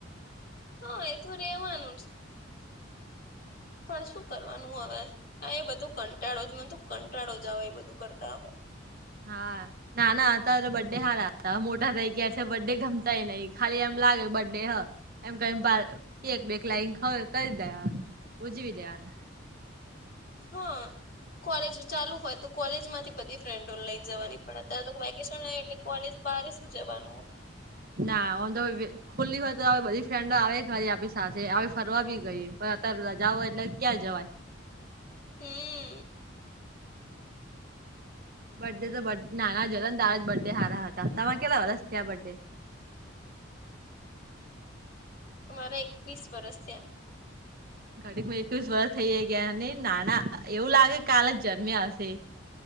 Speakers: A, on the left; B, on the right.
A: હા એ તો રેવાનું જ પણ શું કરવાનું હવે એ બધું કંટાળો જ મું કંટાળો જ આવે એ બધું કરતા હ.
B: હા. ના ના અત્યારે તો બર્ ડે હાર હતા મોટા થાય ગાર બર્ ડે ગમતાય નહિ ખાલી એમ લાગે બર્ ડે હ. એમ ક બે લાઈ કરી દેવાનું ઉજવી દેવાનું.
A: હા કોલેજ ચાલુ હોય તો કોલેજ માંથી બધી ફ્રેન્ડ ઓનલાઈન જવાની પડે. અ્યારે તો વેકેશન એટલે કોલેજ બારે શું જવાનું.
B: ના અંધ ખુલ્લી હોય તો બધી ફ્રેન્ડ આવે ખરી આપણી સાથે આવી ફરવા બ ગઈ પણ અત્યારે રજાઓ એટલે ક્યાં જવાય.
A: હમ.
B: બર્ ડે તો બ નાના જ હતા ને તારા જ બર્થ ડે સારા હતા. તમે કેટલા વરસ થ આ બર્થડે?
A: અ મારા એકવીસ વરસ થયા
B: ઘડી એકવીસ વરષ થઈ જ ગયા ને નાના એવું લાગે કાલ જ જન્મ્યા હશે.